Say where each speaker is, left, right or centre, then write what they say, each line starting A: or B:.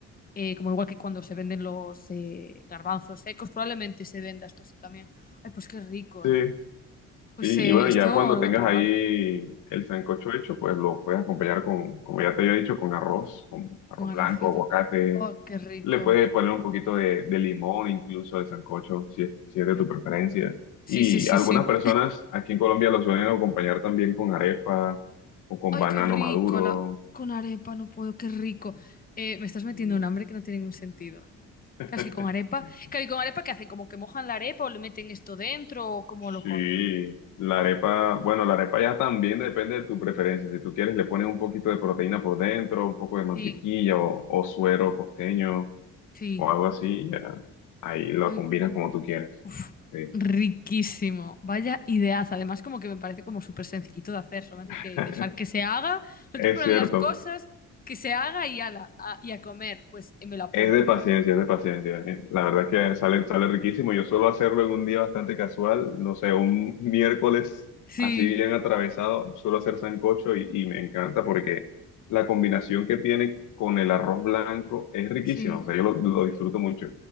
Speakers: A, on the left; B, on the left.
A: eh, como igual que cuando se venden los eh, garbanzos secos, probablemente se venda esto así también. Ay, pues qué rico,
B: Sí,
A: ¿eh? Pues
B: sí, y
A: eh,
B: bueno,
A: esto
B: ya cuando
A: lo
B: tengas
A: voy a probar.
B: ahí el sancocho hecho, pues lo puedes acompañar con, como ya te había dicho, con arroz, con arroz
A: Con arrocito.
B: blanco, aguacate.
A: Oh, qué rico.
B: Le puedes poner un poquito de, de limón incluso al sancocho, si es, si es de tu preferencia.
A: Sí,
B: Y
A: sí, sí,
B: algunas
A: sí.
B: personas aquí en Colombia lo suelen acompañar también con arepa o con
A: Ay,
B: banano
A: qué rico.
B: maduro.
A: La... Con arepa no puedo, qué rico. Eh, me estás metiendo
B: eh,
A: un hambre que no tiene ningún sentido. ¿eh?
B: <laughs>
A: Casi con arepa. Claro, ¿y con arepa qué hacen? ¿Como que mojan la arepa o le meten esto dentro o cómo lo
B: Sí,
A: comen?
B: la arepa, bueno, la arepa ya también depende de tu preferencia. Si tú quieres, le pones un poquito de proteína por dentro, un poco de mantequilla
A: Sí,
B: o, o suero costeño
A: sí.
B: o algo así. ya. Ahí lo
A: Ay,
B: combinas como tú quieras.
A: uf,
B: Sí,
A: riquísimo. Vaya ideaza. Además, como que me parece como súper sencillito de hacer. Solamente
B: <laughs>
A: hay que dejar que se haga. Solo
B: es
A: tú pones
B: cierto.
A: las cosas, que se haga y ala, a- y a comer. Pues eh, me lo apunto,
B: Es de paciencia,
A: ¿eh?
B: es de paciencia. eh. La verdad es que sale, sale riquísimo. Yo suelo hacerlo en un día bastante casual, no sé, un miércoles
A: Sí.
B: así bien atravesado, suelo hacer sancocho y, y me encanta porque la combinación que tiene con el arroz blanco es riquísima.
A: Sí.
B: O sea, yo lo, lo disfruto mucho.